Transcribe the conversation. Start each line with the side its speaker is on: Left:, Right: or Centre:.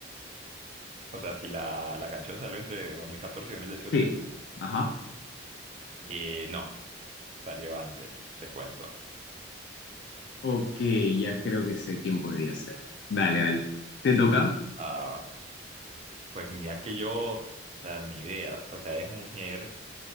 Right: O sea, si la, la canción salió entre 2014 y dos mil dieciocho,
Left: Sí, ajá.
Right: Eh, no, salió antes, te cuento.
Left: Ok, ya creo que sé quién podría ser. Dale, dale. ¿Te toca?
Right: Ah, pues mira que yo, o sea, ni idea. O sea, es mujer.